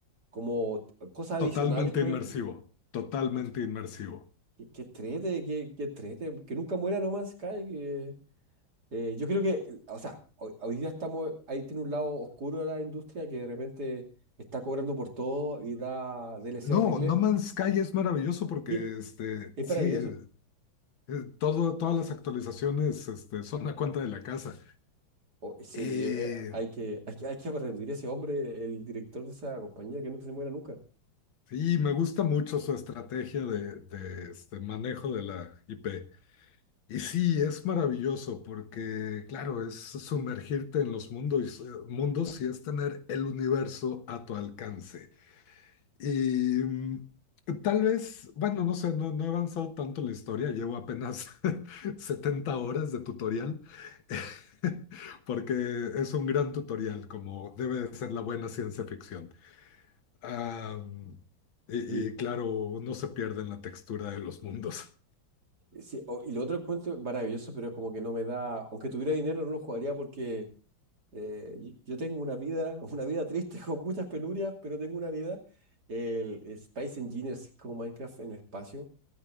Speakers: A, on the right; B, on the left.
A: como cosas
B: totalmente
A: adicionales con
B: inmersivo,
A: el... visor
B: totalmente inmersivo.
A: Que, que trete, que, que trete, que nunca muera No Man's Sky. Que, eh, yo creo que, eh, o sea, hoy, hoy día estamos, ahí tiene un lado oscuro de la industria que de repente está cobrando por todo y da DLC
B: No,
A: horrible.
B: No Man's Sky es maravilloso porque,
A: Y
B: este,
A: es
B: sí,
A: maravilloso.
B: eh, eh, todo, todas las actualizaciones, este, son a cuenta de la casa.
A: O- sí,
B: Eh,
A: eh, hay que, hay que, hay que aplaudir a ese hombre, el director de esa compañía, que nunca se muera nunca.
B: sí, me gusta mucho su estrategia de, de, este, manejo de la IP. Y sí, es maravilloso porque, claro, es sumergirte en los mundos, eh, mundos y es tener el universo a tu alcance. Y mm, tal vez, bueno, no sé, no, no he avanzado tanto en la historia, llevo apenas <laughs> 70 horas de tutorial, <laughs> porque es un gran tutorial, como debe de ser la buena ciencia ficción. Ah, y,
A: Y,
B: y claro, no se pierde en la textura de los mundos. <laughs>
A: sí, o- y lo otro encuentro maravilloso, pero es como que no me da, aunque tuviera dinero, no lo jugaría porque Eh, y- yo tengo una vida, <laughs> una vida triste <laughs> con muchas penurias, pero tengo una vida. El Space Engineers es como Minecraft en espacio,